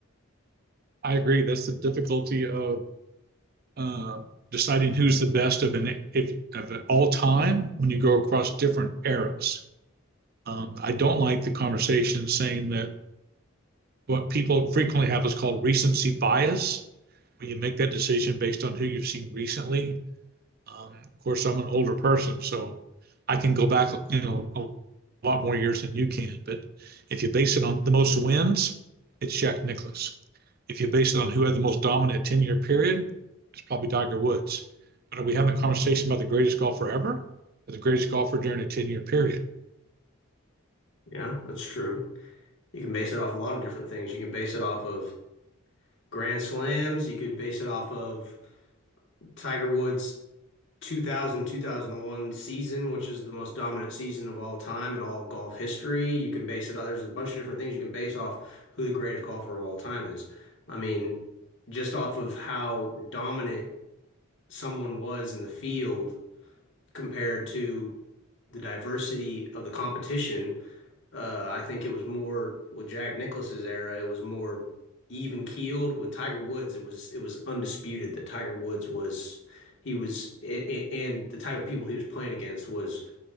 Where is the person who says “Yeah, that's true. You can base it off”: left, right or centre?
Left